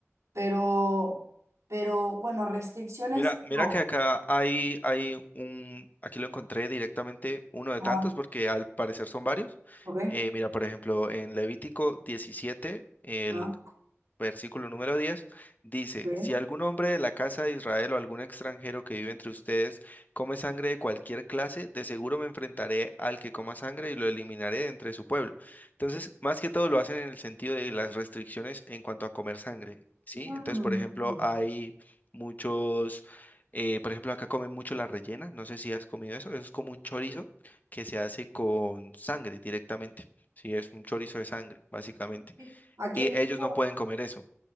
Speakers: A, on the right; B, on the left.
A: Pero, pero bueno, restricciones,
B: Mira, mira
A: no.
B: que acá hay, hay un, aquí lo encontré directamente uno de
A: Ajá,
B: tantos porque al parecer son varios.
A: ok,
B: Eh, mira, por ejemplo, en Levítico 17 el
A: ajá,
B: versículo número 10 dice,
A: ok.
B: si algún hombre de la casa de Israel o algún extranjero que vive entre ustedes come sangre de cualquier clase, de seguro me enfrentaré al que coma sangre y lo eliminaré de entre su pueblo. Entonces, más que todo lo hacen en el sentido de las restricciones en cuanto a comer sangre, ¿sí?
A: Mm.
B: Entonces, por ejemplo, hay muchos... eh, por ejemplo, acá comen mucho la rellena, no sé si has comido eso, eso es como un chorizo que se hace con sangre directamente, sí, es un chorizo de sangre, básicamente.
A: Sí. Aquí
B: Y
A: en México,
B: ellos no pueden comer eso.